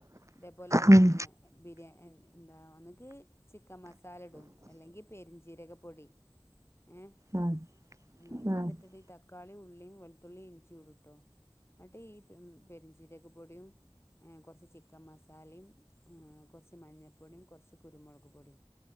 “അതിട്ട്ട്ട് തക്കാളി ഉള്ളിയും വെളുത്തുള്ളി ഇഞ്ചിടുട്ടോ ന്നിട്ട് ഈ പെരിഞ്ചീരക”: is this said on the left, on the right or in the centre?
Left